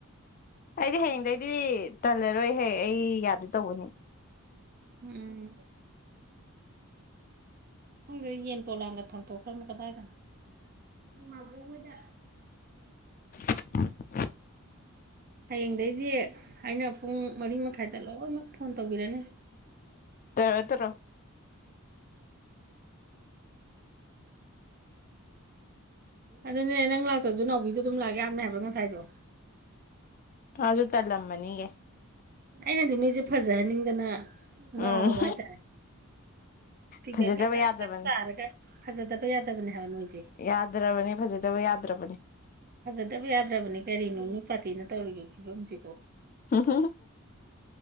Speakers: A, on the left; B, on the right.
A: ꯑꯩꯗꯤ ꯍꯌꯦꯡꯗꯩꯗꯤ ꯇꯜꯂꯔꯣꯏꯍꯦꯛ ꯑꯩ ꯌꯥꯗꯦ ꯇꯧꯕꯅꯤ
B: ꯎꯝ ꯁꯗ ꯌꯦꯟ ꯄꯣꯂꯥꯡꯒ ꯊꯣꯡꯗꯣꯛꯈ꯭ꯔꯅ ꯀꯗꯥꯏꯗꯅꯣ ꯑꯕꯣꯛꯉꯣꯏꯗ
A: <unintelligible>
B: ꯍꯌꯦꯡꯗꯩꯗꯤ ꯑꯩꯅ ꯄꯨꯡ ꯃꯔꯤ ꯃꯈꯥꯏꯗ ꯂꯣꯏꯅꯃꯛ ꯐꯣꯟ ꯇꯧꯕꯤꯔꯅꯤ
A: ꯇ ꯇ꯭ꯔꯣ
B: ꯑꯗꯨꯅꯦ ꯅꯪ ꯂꯥꯛꯇꯁꯨ ꯅꯥꯎꯕꯤꯗꯣ ꯑꯗꯨꯝ ꯂꯥꯛꯑꯦ ꯌꯥꯝꯃꯦ ꯍꯥꯏꯕ꯭ꯔꯣ ꯉꯁꯥꯏꯗꯣ
A: ꯑꯗꯨꯁꯨ ꯇꯜꯂꯝꯃꯅꯤꯒ
B: ꯑꯩꯅꯗꯤ ꯅꯣꯏꯁꯦ ꯐꯖꯍꯟꯅꯤꯡꯗꯅ ꯉꯔꯕꯕ
A: ꯎꯝ
B: ꯍꯥꯏ ꯇꯔꯦ ꯊꯤꯒ
A: ꯐꯖꯗꯕ
B: ꯀꯦ ꯇ
A: ꯌꯥꯗꯕꯅꯤ
B: ꯇꯔ ꯀꯦ ꯐꯖꯗꯕ ꯌꯥꯗꯕꯅꯦ ꯍꯥꯏꯕ ꯅꯣꯏꯁꯦ
A: ꯌꯥꯗ꯭ꯔꯕꯅꯤ ꯐꯖꯗꯕ ꯌꯥꯗ꯭ꯔꯕꯅꯤ
B: ꯐꯖꯗꯕ ꯌꯥꯗ꯭ꯔꯕꯅꯤ ꯀꯔꯤꯅꯣ ꯅꯨꯄꯥꯥꯇꯤꯅ ꯇꯧꯔꯤꯕ ꯐꯤꯕꯝꯁꯤꯕꯣ
A: ꯍꯝ ꯍ